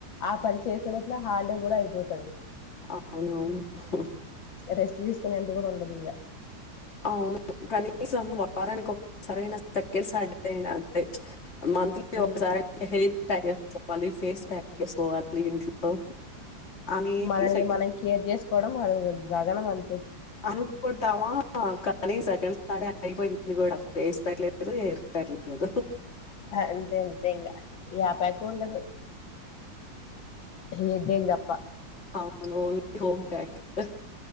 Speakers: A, on the left; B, on the left.
A: ఆ పని చేసే లోపల హల్ గూడా అయిపోతది
B: అవునవును హు
A: రెస్ట్ తీసుకునే అంత కూడా ఉండదు ఇంగా
B: అవును కనీసం వారానికి ఒక్కసారి అయినా చెక్కెసి అయిన తినాలి అంతే మంత్లీ
A: ఉమ్
B: ఒకసారి ఐనా హెయిర్ ప్యాక్ వేసుకోవాలి ఫేస్ ప్యాక్ ఏసుకోవాలి ఇంట్లో అని
A: మనల్ని
B: సెక
A: మనం కేర్ చేసుకోవడం అరగుద్దు జగనం అం
B: అనుకుంటామా కానీ సెకండ్ సట డే అయిపోయింది కూడా వేస్ ప్యాక్ లేదు ఇద ఏర్ తెలియదు <inaudible>
A: అంతే అంతే ఇంగా యాపాకు ఉండదు హెడేక్ తప్ప
B: మ ఓన్లీ హోం ప్యాక్ అ